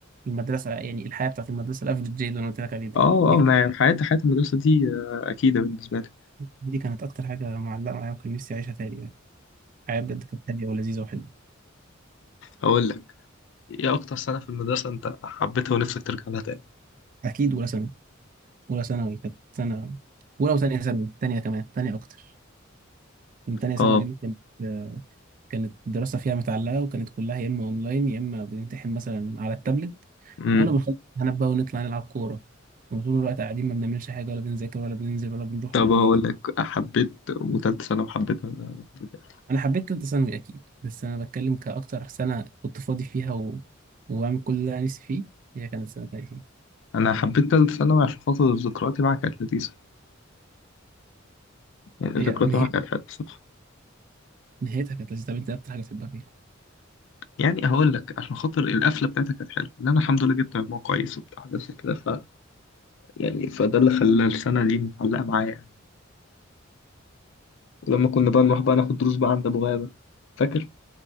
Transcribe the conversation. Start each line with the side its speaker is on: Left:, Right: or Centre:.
Right: المدرسه يعني الحياه بتاعت المدرسه الافريج دي اللي انا قلت لك عليه ده
Left: اه
Right: دي
Left: اه
Right: كانت
Left: ما
Right: <laughs>
Left: حياة حياة المدرسة دي آه، أكيدة بالنسبة لي
Right: دي كانت اكتر حاجه معلقه معايا وكان نفسي اعيشها تاني يعني الحياه بجد كانت هاديه ولذيذه وحلوه
Left: هقول لك ايه اكتر سنة في المدرسة انت حبيتها ونفسك ترجع لها تاني
Right: اكيد اولى ثانوي اولى ثانوي كانت سنه اولى وثانيه ثانوي ثانيه كمان ثانيه اكتر من ثانيه ثانوي
Left: اه
Right: دي كانت كانت الدراسه فيها متعلقه وكانت كلها يا اما اونلاين يا اما بنمتحن مثلا على التابلت
Left: امم
Right: كنا بنخلص امتحانات بقى ونطلع نلعب كوره وطول الوقت قاعدين ما بنعملش حاجه ولا بنذاكر ولا بننزل ولا بنروح
Left: طب
Right: ولا
Left: هقول
Right: بنيجي
Left: لك حبيت وتالتة ثانوي حبيتها ولا حبيتها
Right: انا حبيت ثالثه ثانوي اكيد بس انا بتكلم كاكتر سنه كنت فاضي فيها و... وعامل كل اللي انا نفسي فيه هي كانت سنه تانية
Left: أنا حبيت تالتة ثانوي عشان خاطر ذكرياتي معاك كانت لذيذة يعني
Right: هي
Left: ذكرياتي
Right: نهايتها
Left: معاك كانت حلوة بصراحة
Right: نهايتها كانت لذيذه طب انت إيه اكتر حاجه بتحبها فيها
Left: يعني هقول لك عشان خاطر القفلة بتاعتك كانت حلوة إن أنا الحمد لله جبت مجموع كويس وبتاع حاجات زي كده ف يعني فده اللي خلى السنة دي متعلقة معايا ولما كنا بقى نروح بقى ناخد دروس بقى عند ابو غابة فاكر